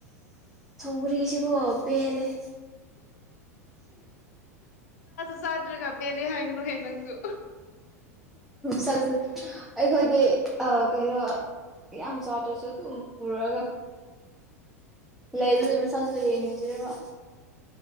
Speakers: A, in the centre; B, on the left.
A: ꯄꯨꯒꯤꯁꯤ ꯀꯣ ꯄꯦ ꯂꯩꯦ
B: ꯁꯥꯇꯔꯒꯕꯦꯟ ꯍꯥꯏꯒꯅꯨ ꯍꯦ ꯅꯪꯁꯨ
A: ꯁ ꯑꯩꯈꯣꯏꯗꯤ ꯀꯩꯅꯣ ꯌꯥꯝ ꯁꯥꯥꯗ꯭ꯔꯁꯨ ꯑꯗꯨꯝ ꯄꯨꯔꯛꯑꯒ ꯂꯩꯥꯏꯕꯤꯒꯤ ꯃꯁꯛꯁꯨ ꯌꯦꯡ꯭ꯔ ꯋꯥ